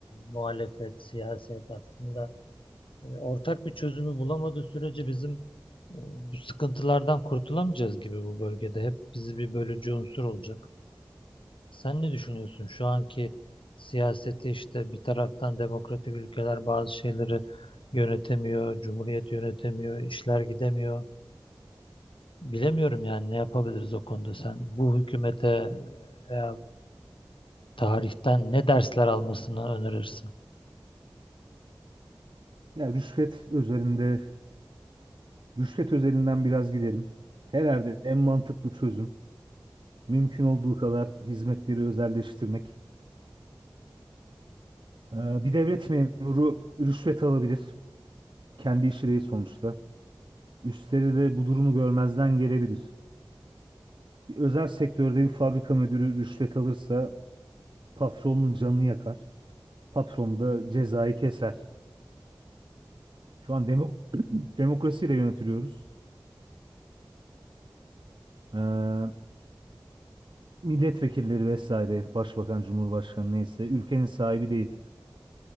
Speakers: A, on the left (about 80°); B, on the right (about 55°).
A: muhalefet, siyaset aslında e, ortak bir çözümü bulamadığı sürece bizim e, bu sıkıntılardan kurtulamayacağız gibi bu bölgede. Hep bizi bir bölücü unsur olacak. Sen ne düşünüyorsun? Şu anki siyaseti işte bir taraftan demokratik ülkeler bazı şeyleri yönetemiyor, cumhuriyet yönetemiyor, işler gidemiyor. Bilemiyorum yani ne yapabiliriz o konuda. Sen bu hükümete veya tarihten ne dersler almasını önerirsin?
B: Ya rüşvet üzerinde, rüşvet özelinden biraz gidelim. Herhalde en mantıklı çözüm mümkün olduğu kadar hizmetleri özelleştirmek. Ee, Bir devlet memuru rüşvet alabilir. Kendi işi değil sonuçta. Üstleri de bu durumu görmezden gelebilir. Bir özel sektörde bir fabrika müdürü rüşvet alırsa patronun canını yakar. Patron da cezayı keser. Şu an demok <clears throat> demokrasiyle yönetiliyoruz. Ee, milletvekilleri vesaire, başbakan, cumhurbaşkanı neyse ülkenin sahibi değil.